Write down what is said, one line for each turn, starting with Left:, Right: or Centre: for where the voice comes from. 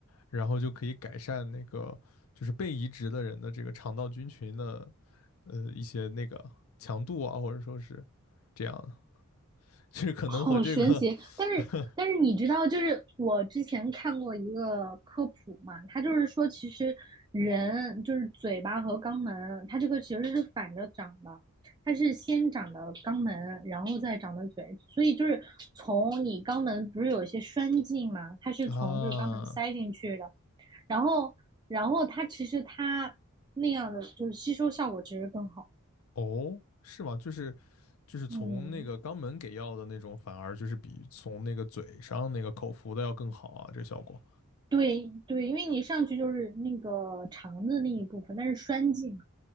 Left: 然后就可以改善那个。就是被移植的人的这个肠道菌群的呃一些那个强度啊，或者说是这样的，就是可能和这个
Right: 好神奇！但是但是你知道，
Left: <laughs>
Right: 就是我之前看过一个科普嘛，它就是说，其实人就是嘴巴和肛门，它这个其实是反着长的，它是先长的肛门，然后再长的嘴，所以就是从你肛门不是有一些栓进嘛，它是从就是肛门塞进去的，
Left: 啊
Right: 然后然后它其实它那样的就是吸收效果其实更好，
Left: 哦是吗？就是就是从那个肛门给药的那种，
Right: 嗯。
Left: 反而就是比从那个嘴上那个口服的要更好啊，这个效果。
Right: 对对，因为你上去就是那个肠子那一部分，但是栓剂嘛，